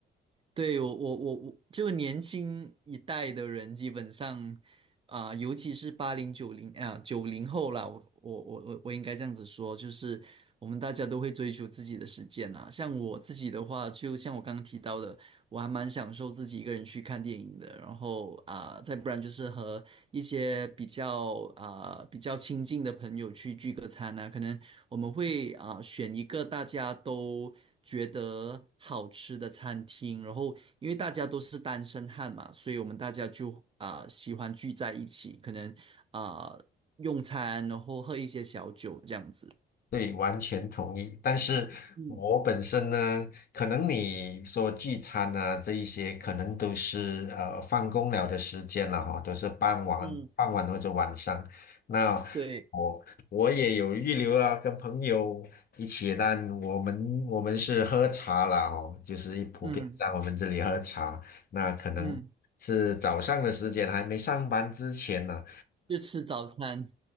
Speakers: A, on the right; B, on the left.
A: 对，我我我我，就年轻一代的人，基本上啊、尤其是八零九零啊九零后啦，我我我我我应该这样子说，就是我们大家都会追求自己的时间啊。像我自己的话，就像我刚刚提到的。我还蛮享受自己一个人去看电影的，然后啊、再不然就是和一些比较啊、比较亲近的朋友去聚个餐啊，可能我们会啊、选一个大家都觉得好吃的餐厅，然后因为大家都是单身汉嘛，所以我们大家就啊、喜欢聚在一起，可能啊、用餐，然后喝一些小酒这样子。
B: 对，完全同意。但是我本身呢，
A: 嗯
B: 可能你说聚餐啊这一些，可能都是呃放工了的时间了哈，都是傍晚、
A: 嗯，
B: 傍晚或者晚上。那我我也有预留啊，
A: 对，
B: 跟朋友一起，但我们我们是喝茶啦哦，就是普遍上我们这里喝茶，
A: 嗯
B: 那可能是早上的时间，
A: 嗯，
B: 还没上班之前呢、
A: 就吃早餐，